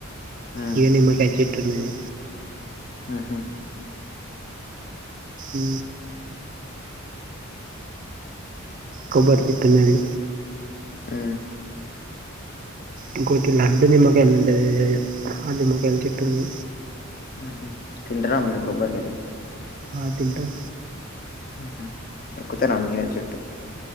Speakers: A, on the left (about 45°); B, on the right (about 40°).
A: ఉమ్
B: ఇగ నిమ్మకాయ చేట్ ట్టున్నది
A: ఉహు
B: ఉ కొబ్బరి చెట్టున్నది
A: ఉ
B: ఇంకొటి లడ్డు నిమ్మకాయలు ఉంటది ఆ నిమ్మకాయలు చెట్టుంది
A: ఉహు తింటరా మీరు కొబ్బరి కాయలు
B: ఆ తింటాం
A: ఉహు ఎక్కుతార మీరె చెుట్టు